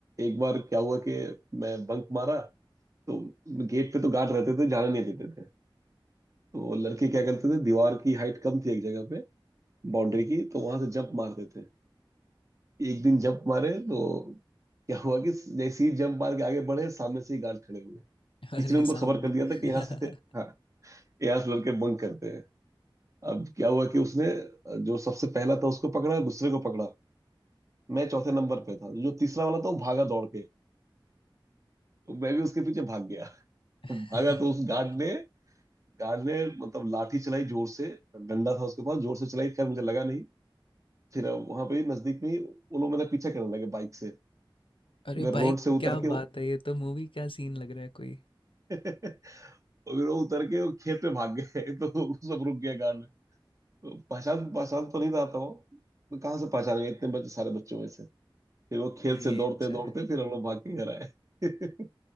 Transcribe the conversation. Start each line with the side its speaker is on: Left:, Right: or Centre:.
Right: एक बार क्या हुआ कि मैं बंक मारा तो गेट पे तो गार्ड रहते थे जाने नहीं देते थे तो लड़के क्या करते थे दीवार की हाइट कम थी एक जगह पे बाउंड्री की तो वहां से जंप मारते थे एक दिन जंप मारे तो क्या हुआ कि जैसे ही जंप मार के आगे बढ़े सामने से ही गार्ड खड़े हुए
Left: <laughs> अरे
Right: किसी ने उनको
Left: सामने
Right: खबर कर
Left: ही।
Right: दिया था कि यहाँ से हाँ यहाँ से लड़के बंक करते हैं अब क्या हुआ कि उसने जो सबसे पहला था उसको पकड़ा दूसरे को पकड़ा मैं चौथे नंबर पे था जो तीसरा वाला था वो भागा दौड़ के तो मैं भी उसके पीछे भाग गया
Left: <laughs>
Right: तो भागा तो उस गार्ड ने गार्ड ने मतलब लाठी चलाई जोर से डंडा था उसके पास जोर से चलाई खैर मुझे लगा नहीं फिर वहां पे ही नजदीक में ही वो लोग मेरा पीछा करने लगे बाइक से
Left: अरे
Right: मैं रोड
Left: भाई
Right: से उतर
Left: क्या
Right: के वो
Left: बात है ये तो मूवी क्या सीन लग रहा है कोई
Right: <laughs> और फिर वो उतर के वो खेत में भाग गए <laughs> तो वो सब रुक गया गार्ड पहचान पहचान तो नहीं आता वो तो कहाँ से पहचानेंगे इतने बच्चे सारे बच्चों में से फिर वो खेत
Left: ये
Right: से दौड़ते
Left: अच्छा
Right: दौड़ते
Left: है
Right: फिर हम लोग भाग के घर आए <laughs>